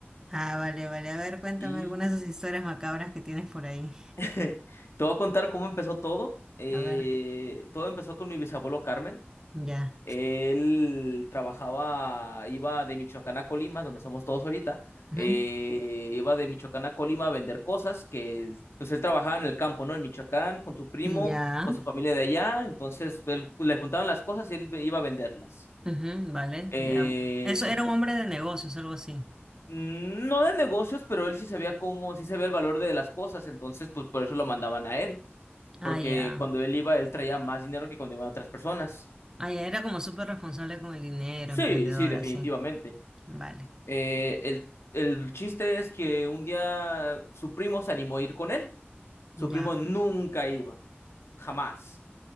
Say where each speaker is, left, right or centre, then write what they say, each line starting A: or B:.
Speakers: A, on the right; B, on the left.
A: Ah, vale, vale. A ver, cuéntame
B: Y
A: algunas de esas historias macabras que tienes por ahí.
B: <laughs> te voy a contar cómo empezó todo. Eh,
A: A ver,
B: todo empezó con mi bisabuelo Carmen.
A: ya.
B: Él trabajaba, iba de Michoacán a Colima, donde somos todos ahorita,
A: Ujú,
B: eh, iba de Michoacán a Colima a vender cosas que, pues él trabajaba en el campo, ¿no? En Michoacán, con tu primo,
A: Ya.
B: con su familia de allá, entonces él, pues, le juntaban las cosas y él iba a venderlas.
A: Ujú, Vale,
B: Eh,
A: ya. Eso era un hombre de negocios, algo así.
B: no de negocios, pero él sí sabía cómo, sí sabía el valor de las cosas, entonces pues por eso lo mandaban a él,
A: Ah,
B: porque
A: ya.
B: cuando él iba, él traía más dinero que cuando iban otras personas.
A: Ah, ya, era como súper responsable con el dinero,
B: Sí,
A: emprendedora,
B: sí, definitivamente.
A: sí. Vale,
B: Eh, el, el chiste es que un día su primo se animó a ir con él. Su
A: ya,
B: primo nunca iba, jamás,